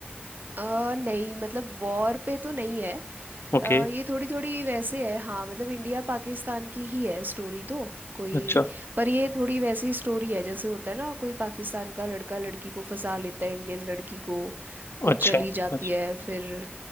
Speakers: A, on the right; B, on the left.
A: अ नहीं मतलब वॉर पे तो नहीं है
B: ओके
A: अ, ये थोड़ी थोड़ी वैसे है हाँ मतलब इंडिया पाकिस्तान की ही है स्टोरी तो कोई
B: अच्छा
A: पर ये थोड़ी वैसी स्टोरी है जैसे होता है ना कोई पाकिस्तान का लड़का लड़की को फंसा लेता है इंडियन लड़की को वो चली
B: अच्छा
A: जाती
B: अच्छा
A: है फिर